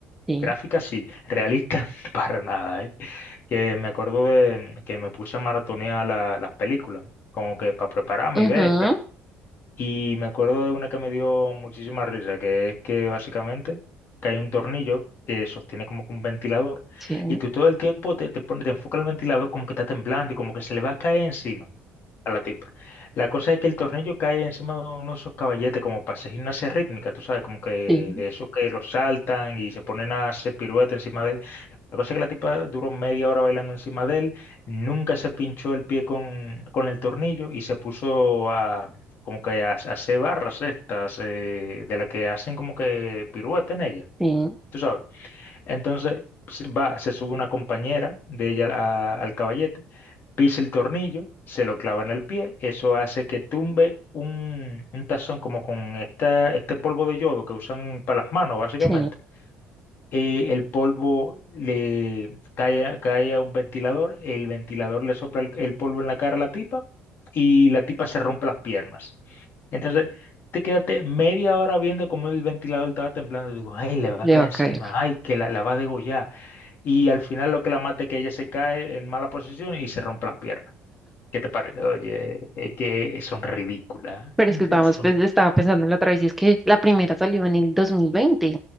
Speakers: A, in the centre; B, on the left (about 55°).
A: Sí.
B: Gráficas sí, realistas <laughs> para nada, ¿eh? Que me acuerdo de que me puse a maratonear la- las películas, como que para prepararme
A: Ujú,
B: y ver esta. Y me acuerdo de una que me dio muchísima risa, que es que básicamente que hay un tornillo que sostiene como que un ventilador
A: Sí,
B: y tú todo el tiempo te, te, pones- te enfoca el ventilador como que está temblando y como que se le va a caer encima a la tipa. La cosa es que el tornillo cae encima de uno de esos caballetes como para hacer gimnasia rítmica, tú sabes, como que
A: sí,
B: de esos que los saltan y se ponen a hacer pirueta encima de él. La cosa es que la tipa duró media hora bailando encima de él, nunca se pinchó el pie con, con el tornillo y se puso a como que a, a hacer barras estas eh, de las que hacen como que pirueta en ella,
A: sí.
B: tú sabes. Entonces se va, se sube una compañera de ella a- al caballete, pisa el tornillo, se lo clava en el pie, eso hace que tumbe un, un tazón como con esta, este polvo de yodo que usan para las manos, básicamente
A: Sí,
B: eh, el polvo le cae, a cae a un ventilador, el ventilador le sopla el, el polvo en la cara a la tipa y la tipa se rompe las piernas. Entonces, te quedaste media hora viendo cómo el ventilador estaba temblando. Digo, ay, le va
A: le
B: a caer
A: va a
B: encima,
A: caer.
B: ay, que la, la va a degollar. Y al final lo que la mata es que ella se cae en mala posición y se rompe las piernas. ¿Qué te parece? Oye, es que son ridículas.
A: Pero
B: <laughs>
A: es que estábamos,
B: Son-
A: pues, estaba pensando en la otra vez y es que la primera salió en el 2020,